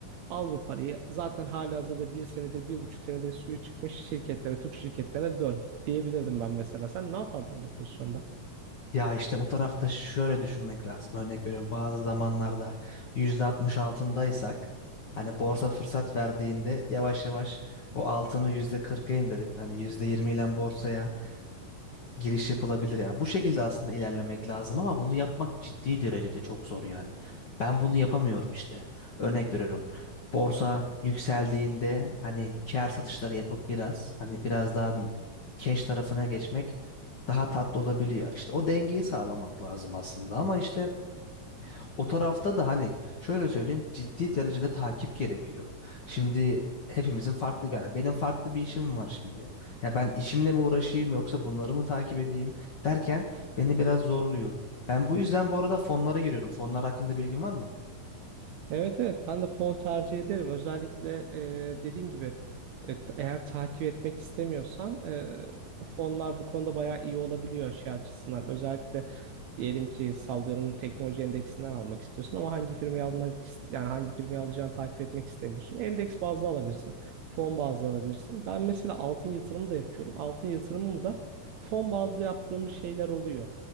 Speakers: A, on the right; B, on the left.
A: al bu parayı. Zaten halihazırda bir senedir bir buçuk senedir suyu çıkmış şirketlere Türk şirketlerine dön diyebilirdim ben mesela. Sen ne yapardın öyle bir pozisyonda?
B: Ya işte o tarafta şöyle düşünmek lazım. Örnek veriyorum bazı zamanlarda %60 altındaysak hani borsa fırsat verdiğinde yavaş yavaş o altını yüzde kırk'a indirip hani %20 ile borsaya giriş yapılabilir yani. Bu şekilde aslında ilerlemek lazım ama bunu yapmak ciddi derecede çok zor yani. Ben bunu yapamıyorum işte. Örnek veriyorum. Borsa yükseldiğinde hani kâr satışları yapıp biraz hani biraz daha cash tarafına geçmek daha tatlı olabiliyor. İşte o dengeyi sağlamak lazım aslında ama işte o tarafta da hani şöyle söyleyeyim ciddi derecede takip gerekiyor. Şimdi hepimizin farklı yani benim farklı bir işim var şimdi. Ya ben işimle mi uğraşayım yoksa bunları mı takip edeyim derken beni biraz zorluyor. Ben bu yüzden bu arada fonlara giriyorum. Fonlar hakkında bilgin var mı?
A: Evet evet ben de fon tercih ederim. Özellikle e, dediğin gibi e, t- eğer takip etmek istemiyorsan e, fonlar bu konuda bayağı iyi olabiliyor şey açısından. Özellikle diyelim ki sallıyorum teknoloji endeksinden almak istiyorsun ama hangi firmayı almak ist- yani hangi firmayı alacağını takip etmek istemiyorsun. Endeks bazlı alabilirsin. Fon bazlı alabilirsin. Ben mesela altın yatırımı da yapıyorum. Altın yatırımımı da fon bazlı yaptığım şeyler oluyor.